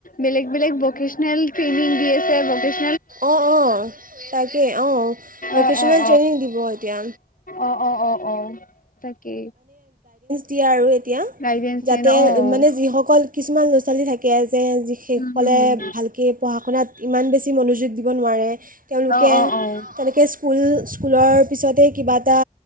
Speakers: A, on the left; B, on the right.
A: বেলেগ বেলেগ ভকেশ্যনেল ট্ৰেইনিং দি আছে ভেশ্য
B: অ', অ', তাকে অ', ভকেশচনেল
A: অ', অ',
B: ট্ৰেইনিং দিব এতিয়া
A: অ', অ', অ', অ', তাকেই
B: দ আৰু এতিয়া
A: গাইডেন্স
B: যাতে
A: দিয়ে অ'।
B: মানে যিসকল কিছুমান ল'ৰা ছোৱালী থাকে যেসকলে
A: উম, হম, হম
B: ভালকে পঢ়া শুনাত ইমান বেছি মনোযোগ দিব নোৱাৰে তেওঁলোকে
A: অ', অ', অ'।
B: তেনেক স্কুল স্কুলৰ পিছতে কিবা এটা